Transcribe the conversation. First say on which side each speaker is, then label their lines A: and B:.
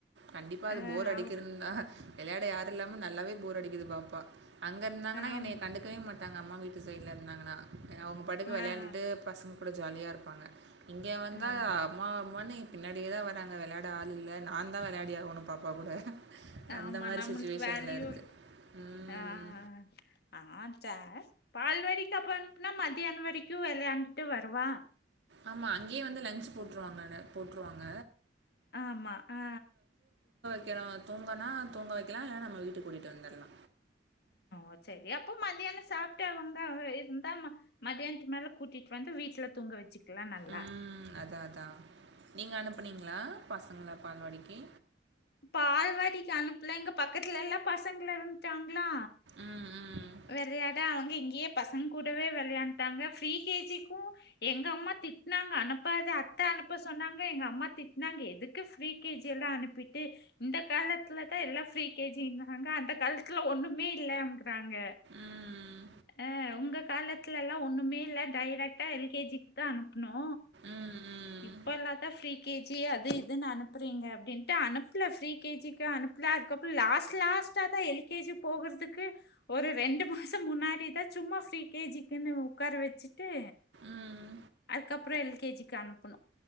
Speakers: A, on the right; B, on the left.
A: கண்டிப்பா அது
B: ஆ
A: போர் அடிக்கிறதுந்
B: அவ்
A: அ ஹ வெளையாட யார் இல்லாமு நல்லாவே போர் அடிக்குது பாப்பா அங்க இர்ந்தாங்கன்னா
B: ஆமா
A: என்னைய கண்டுக்கவே மாட்டாங்க அம்மா வீட்டு சைட்ல இர்ந்தாங்கனா அ அவுங்க பாட்டுக்கு வெளையாண்டுட்டு
B: ஆ
A: பசங்க கூட ஜாலியா இருப்பாங்க இங்கே வந்தா
B: ஆமா
A: அம்மா அம்மானு பின்னாடியே தா வராங்க வெள்யாட ஆள் இல்ல நா தா வெள்யாடி ஆகணு பாப்பா கூட
B: ஆமா
A: அந்த மாதிரி
B: நம்மளுக்கு
A: சுச்சுவேஷன்ல
B: வேலியுருக்
A: இருக்கு உம்
B: அ அ அ ஆ சேர் பால்வாடிக்கு அப்பன்ப்புனா மதியானு வரிக்யு வெளையாண்டுட்டு வருவா
A: ஆமா அங்க்யே வந்து லன்ச்சு போட்ருவாங்கன போட்ருவாங்க
B: ஆமா அ
A: க்கறோ தூங்கனா தூங்க வெக்கலா இல்லனா நம்ம வீட்டுக் கூட்டிட்டு வந்தற்லா
B: ஓ சேரி அப்போ மத்தியான சாப்ட்டு அவுங்க அ இருந்தா ம மதியான்துக் மேல கூட்டிட் வந் து வீட்ல தூங்க வெச்சுக்கலாங்னாங்ளா
A: ம். அதான் அதான். நீங்க அனுப்புனீங்ளா பசங்ள பால்வாடிக்கி
B: பால்வாடிக் அனுப்புல இங்க பக்கத்லெல்லா பசங்ள இருந்ட்டாங் ளா
A: ம், ம்.
B: வெளையாட அங்க இங்கியே பசங் கூடவே வெ விளயாண்டாங்க ஃப்ரி கே ஜிக்கு எங்க அம்மா திட்னாங்க அனுப்பாத அத்த அனுப்ப சொன்னாங்க எங்க அம்மா திட்னாங்க எதுக்கு ஃப்ரீ கே ஜி எல்லா அனுப்பிட் டு இந்த காலத்துலதா எல்லா ஃப்ரீ கேஜிங்குறாங்க அந்த கால்த்துல ஒண்ணுமே இல்லங்குறாங்க
A: ம்.
B: அ உங்க காலத்லெல்லா ஒண்ணுமே இல்ல டைரக்டா எல் கே ஜிக் தா அனுப்புனோ
A: ம், ம்.
B: இப்போ எல்லத்தா ஃப்ரீ கே ஜி அது இதுன் அனுப்புறீங்க அப்டின்ட்டு அனுப்புல ஃப்ரீ கே ஜிக்கு அனு ப்புல அதுக்கப்பு லாஸ் லாஸ்ட்டா தா எல் கே ஜி போகுற்துக்கு ஒரு ரெண்டு மாசோ முன்னாடி தா சும்மா ஃப்ரீ கே ஜிக்குனு உக்கார வெச்சிட்டு
A: ம்.
B: அதுக்கப்புறோ எல் கே ஜிக் அனுப்புனோ